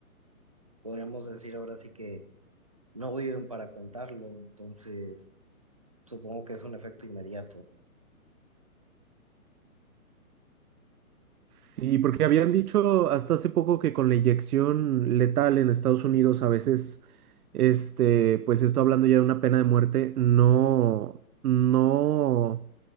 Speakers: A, on the right; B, on the right.
A: podríamos decir ahora sí que no viven para contarlo, entonces supongo que es un efecto inmediato.
B: Sí, porque habían dicho hasta hace poco que con la inyección letal en Estados Unidos a veces, este, pues esto hablando ya de una pena de muerte, no, no,